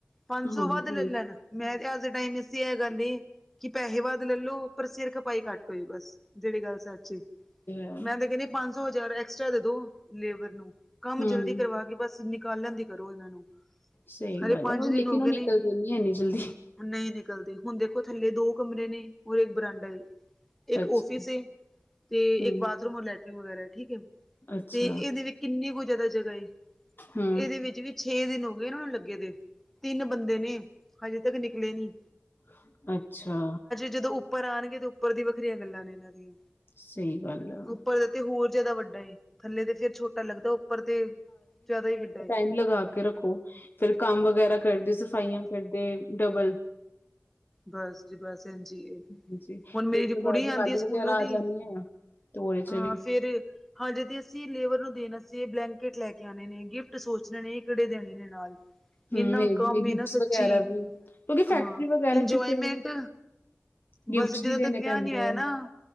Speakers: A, in the centre; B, on the left (about 45°).
A: ਪੰਜ ਸੌ
B: ਹਾਂਜੀ
A: ਵੱਧ ਲੈ ਲੈਨ ਮੈਂ ਤੇ ਅੱਜ ਦੇ ਟਾਈਮ ਇਸ ਇਹ ਗੱਲ ਏ। ਕਿ ਪੈਸੇ ਵੱਦ ਲੈਲੋ ਪਰ ਸਿਰ ਖਪਾਈ ਘੱਟ ਹੋਏ ਬਸ ਜਿਹੜੀ ਗੱਲ ਸੱਚ,
B: ਹੈ
A: ਮੈਂ ਤੇ ਕਹਿੰਦੀ ਪੰਜ ਸੌ ਹਜ਼ਾਰ ਐਕਸਟਰਾ ਦੇ ਦੋ ਲੇਬਰ ਨੂੰ ਕੰਮ
B: ਹਮ
A: ਜਲਦੀ ਕਰਵਾ ਕੇ ਬਸ ਨਿਕਾਲਨ ਦੀ ਕਰੋ ਇਹਨਾਂ ਨੂੰ।
B: ਸਹੀ
A: ਹਲੇ
B: ਗੱਲ
A: ਪੰਜ
B: ਐ ਹਾਂ
A: ਦਿਨ
B: ਲੇਕਿਨ
A: ਹੋ ਗਏ
B: ਓਹ ਨਿਕਲਦੇ
A: ਨੇ
B: ਨੀ ਇੰਨੀ ਜਲਦੀ।
A: ਨਹੀਂ ਨਿਕਲਦੇ, ਹੁਨ ਦੇਖੋ ਥੱਲੇ ਦੋ ਕਮਰੇ ਨੇ ਹੋਰ ਇੱਕ ਬਰਾਂਡਾ ਏ। ਇੱਕ
B: ਅੱਛਾ,
A: ਓਫਿੱਸ ਏ ਤੇ
B: ਹੂੰ,
A: ਇੱਕ ਬਾਥਰੂਮ ਔਰ ਲੈਟਰਿਨ ਵਗੈਰਾ ਏ ਠੀਕ ਏ।
B: ਅੱਛਾ,
A: ਤੇ ਇਹਦੇ ਵਿੱਚ ਕਿੰਨੀ ਕੁ ਜਿਆਦਾ ਜਗ੍ਹਾ ਏ।
B: ਹੂੰ,
A: ਇਹਦੇ ਵਿੱਚ ਵੀ ਛੇ ਦਿਨ ਹੋ ਗਏ ਨੇ ਓਹਨਾ ਨੂੰ ਲੱਗੇ ਦੇ। ਤਿੰਨ ਬੰਦੇ ਨੇ ਹਜੇ ਤੱਕ ਨਿੱਕਲੇ ਨੀਂ।
B: ਹ ਅੱਛਾ।
A: ਜਦੋਂ ਉੱਪਰ ਆਣਗੇ ਤੇ ਉੱਪਰ ਦੀ ਵੱਖਰੀਆਂ ਗੱਲਾਂ ਨੇ ਇਹਨਾਂ ਦੀਆਂ।
B: ਸਹੀ ਗੱਲ ਆ।
A: ਉੱਪਰ ਤੇ ਹੋਰ ਜਿਆਦਾ ਵੱਡਾ ਏ ਥੱਲੇ ਤੇ ਫੇਰ ਛੋਟਾ ਲੱਗਦਾ ਏ ਉੱਪਰ ਤੇ ਜ਼ਿਆਦਾ ਈ ਵੱਡਾ ਏ।
B: ਇਨ ਲਗਾ ਕ। ਤੇ ਰੱਖੋ ਫੇਰ, ਕੰਮ ਵਗੈਰਾ ਕਰਦੇ ਸਫਾਈਆਂ ਕਰਦੇ ਡਬੱਲ
A: ਬਸ ਜੀ, ਬਸ ਏਂਜੀ ਏ,
B: ਹਾਂਜੀ, ਫਿਰ
A: ਹੁਣ ਮੇਰੀ
B: ਉਸ ਤੋਂ ਬਾਅਦ
A: ਕੁੜੀ
B: ਦੀਵਾਲੀ
A: ਆਂਦੀ ਏ ਸਕੂਲੋਂ
B: ਵਗੈਰਾ
A: ਦੀ।
B: ਆ ਜਾਣੀ ਐ। ਤੇ ਉਹਦੇ ਚ
A: ਹਾਂ
B: ਵੀ
A: ਫੇਰ। ਹਜੇ ਤੇ ਅਸੀਂ ਲੇਬਰ ਨੂੰ ਦੇਣ ਅਸਤੇ ਬਲੈਂਕਟ ਲੈ ਕੇ ਆਣੇ ਨੇ ਗਿਫਟ ਸੋਚਨੇ ਨੇ ਕਿਹੜੇ ਦੇਨੇ ਨੇ ਨਾਲ।
B: ਹੂੰ,
A: ਇਹਨਾਂ
B: ਇਹ
A: ਕੰਮ
B: ਵੀ
A: ਏ
B: ਗਿਫਟਸ
A: ਨਾ ਸੱਚੀ
B: ਵਗੈਰਾ ਵੀ ਕਿਉਂਕਿ ਫੈਕਟਰੀ
A: ਹਾਂ।
B: ਵਗੈਰਾ
A: ਇੰਜੋਏਮੈਂਟ
B: ਚ ਫਿਰ ਗਿਫਟਸ
A: ਬਸ ਜਦੋਂ
B: ਵੀ ਦੇਣੇ
A: ਤੱਕ ਵਿਆਹ
B: ਪੈਂਦੇ
A: ਨੀ ਹੋਇਆ
B: ਆ,
A: ਨਾ।